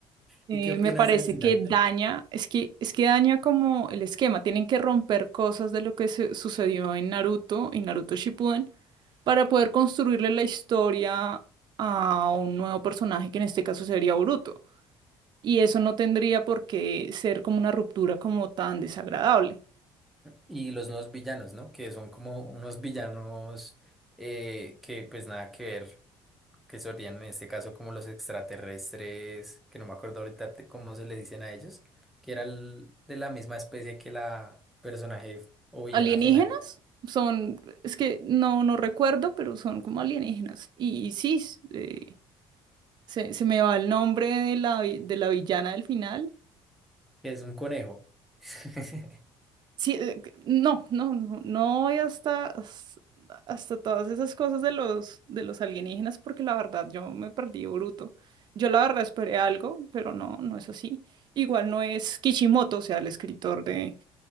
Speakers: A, on the right (about 45°); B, in the centre.
A: Eh,
B: ¿Y qué opinas
A: me parece
B: del final?
A: que daña, es que, es que daña como el esquema. Tienen que romper cosas de lo que se- sucedió en Naruto y Naruto Shippuden para poder construirle la historia a un nuevo personaje que en este caso sería Boruto. Y eso no tendría por qué ser como una ruptura como tan desagradable.
B: y los nuevos villanos, ¿no? Que son como unos villanos eh, que pues nada que ver, que serían en este caso como los extraterrestres, que no me acuerdo ahorita de cómo se le dicen a ellos, que era el- de la misma especie que la personaje o villana
A: ¿Alienígenas?
B: final,
A: Son, es que no, no recuerdo, pero son como alienígenas. Y, y sí, s- eh, se, se me va el nombre de la, vi- de la villana del final.
B: que es un conejo. <laughs>
A: Sí, eh, c- no, no, no, no voy hasta, as- hasta todas esas cosas de los, de los alienígenas porque la verdad yo me perdí bruto. Yo la verdad esperé algo, pero no, no es así. Igual no es Kishimoto, o sea, el escritor de,